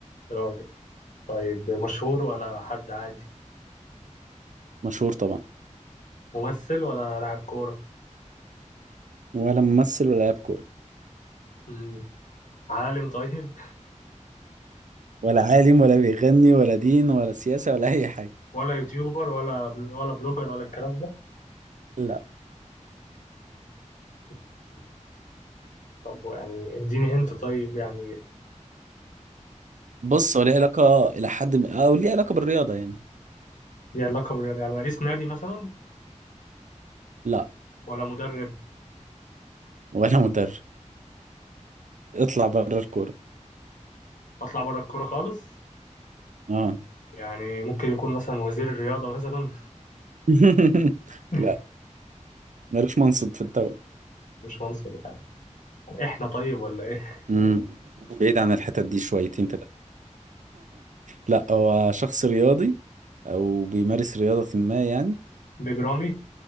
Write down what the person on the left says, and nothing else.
راجل طيب مشهور ولا حد عادي؟
ممثل ولا لاعب كورة؟
مم. عالم طيب
ولا يوتيوبر ولا بل... ولا بلوجر ولا الكلام ده؟
مم. طب يعني اديني هنت طيب يعني
دي علاقة بال يعني رئيس نادي مثلا
ولا مدرب؟
أطلع بره الكورة خالص؟
يعني ممكن يكون مثلا وزير الرياضة مثلا
<laughs>
مش منصب يعني يعني احنا طيب ولا ايه؟
بجرامي